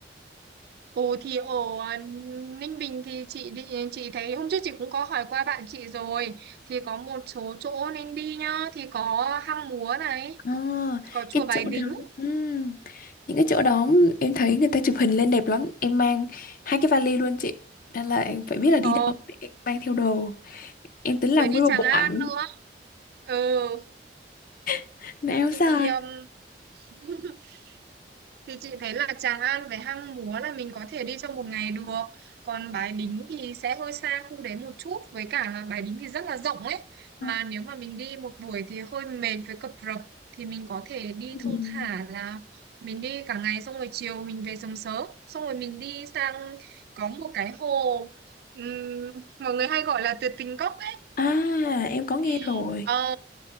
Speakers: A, on the right (about 60°); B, on the left (about 50°).
A: Ồ thì ở à, Ninh Bình thì chị đi Chị thấy hôm trước chị cũng có hỏi qua bạn chị rồi Thì có một số chỗ nên đi nhá Thì có Hang Múa này
B: À,
A: Có chùa
B: cái
A: Bái
B: chỗ
A: Đính
B: đó ừm, những cái chỗ đó em thấy người ta chụp hình lên đẹp lắm em mang hai cái vali luôn chị nên là em phải biết là đi
A: Ờ
B: đâu để em mang theo đồ em tính làm
A: với đi
B: nguyên một
A: Tràng
B: bộ
A: An
B: ảnh
A: nữa Ừ
B: <laughs> Nó áo
A: thì
B: dài
A: um, <laughs> Thì chị thấy là Tràng An với Hang Múa là mình có thể đi trong một ngày được. Còn Bái Đính thì sẽ hơi xa khu đấy một chút. Với cả là Bái Đính thì rất là rộng ấy.
B: Không.
A: Mà nếu mà mình đi một buổi thì hơi mệt với cập rập. Thì mình có thể đi
B: Ừm.
A: thong thả là mình đi cả ngày xong rồi chiều mình về sớm sớm. Xong rồi mình đi sang có một cái hồ ừm, mọi người hay gọi là tuyệt tình cốc ấy.
B: à em có nghe
A: Thì
B: rồi
A: ờ